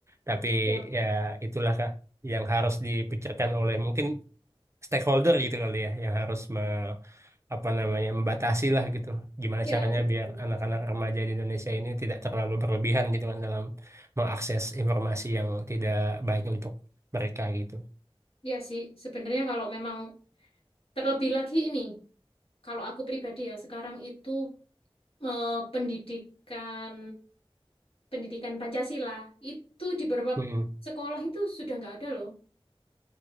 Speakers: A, on the right; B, on the left.
A: Tapi
B: Ya.
A: ya itulah Kak yang harus dipikirkan oleh mungkin stakeholder gitu kali ya yang harus me- apa namanya membatasi lah gitu. Gimana
B: ya
A: caranya
B: sebenarnya
A: biar anak-anak remaja di Indonesia ini tidak terlalu berlebihan gitu kan dalam mengakses informasi yang tidak baik untuk mereka gitu.
B: ya sih sebenarnya kalau memang terlebih lagi ini kalau aku pribadi ya sekarang itu eh, pendidikan pendidikan Pancasila itu di beberapa
A: Mm-mm.
B: sekolah itu sudah nggak ada loh